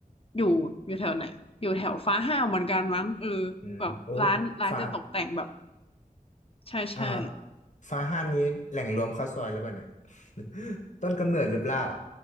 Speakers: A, on the left; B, on the left.
A: อยู่อยู่แถวไหนอยู่แถวฟ้าห้าวเหมือนกันมั้งเออ
B: อืมโอ้
A: แบบร้านร้านจะตกแต่งแบบ
B: ฟ้า
A: ใช่ใช่
B: อ่าฟ้าห้ามนี้แหล่งรวมข้าวซอยหรือเปล่าเนี่ย <laughs> ต้นกำเนิดหรือเปล่า